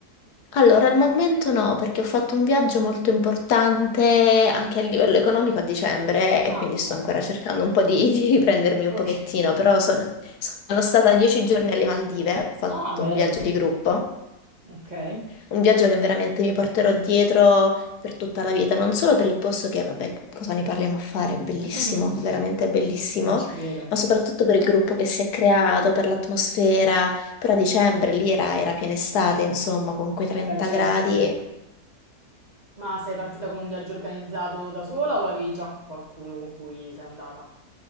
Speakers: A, on the left; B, on the right.
A: Allora, al momento no, perché ho fatto un viaggio molto importante anche a livello economico a dicembre e
B: Ah,
A: quindi sto
B: ok.
A: ancora cercando un po' di, di riprendermi un
B: Ok.
A: pochettino, però sono, sono stata dieci giorni alle Maldive, ho fatto
B: Ah, bello.
A: un viaggio di gruppo
B: Okay.
A: Un viaggio che veramente mi porterò dietro per tutta la vita, non solo per il posto che, vabbè, cosa ne parliamo a fare, è bellissimo,
B: <laughs>
A: veramente bellissimo,
B: Eh, ci credo.
A: ma soprattutto per il gruppo che si è creato,
B: Mh.
A: per l'atmosfera. Però a dicembre lì era, era piena estate, insomma, con quei 30
B: Eh beh, certo,
A: gradi.
B: sì. Ma sei partita con un viaggio organizzato da sola o avevi già qualcuno con cui sei andata?